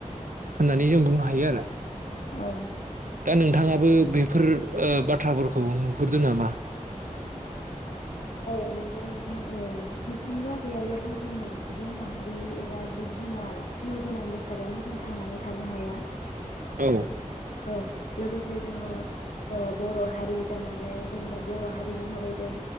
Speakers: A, on the right; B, on the left.
A: होननानै जों बुंनो हायो आरो।
B: औ।
A: दा नोंथाङाबो बेफोर ओ बाथ्राफोरखौ नुहुरदों नामा?
B: औ नंगौ नोंथां उम मिथिंगा गैयाब्लाथ' जोङो सुबुं माहारि एबा जिब जुनार जिउ गोनां बेसादानो जों थांनानै थानो हाया।
A: औ
B: औ। लोगोसे जोङो ओ बर' हारि जानानै जेनेबा बर' हारि महरै जों